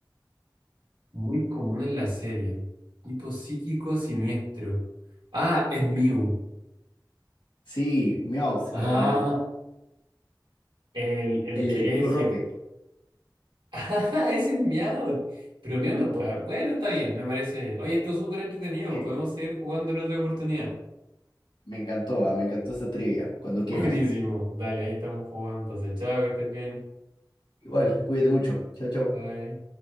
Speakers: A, on the right; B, on the left.
A: Muy común en la serie. Tipo psíquico siniestro. Ah, es Mew.
B: Sí, Meowth,
A: Ah,
B: creo, ¿no?
A: el, el
B: El
A: que
B: del equipo
A: el
B: Rocket.
A: que. <laughs> Ah, ese es Meow. Pero Meow no puede. Bueno, está bien, me parece bien. Oye, esto es súper entretenido.
B: Sí,
A: Podemos seguir jugando en otra oportunidad.
B: Me encantó, ah, me encantó esta trivia, cuando
A: <laughs>
B: quieras.
A: Buenísimo. Dale, ahí estamos jugando. Entonces, chao, que estés bien.
B: Igual, cuídate mucho. Chao, chao.
A: Bye.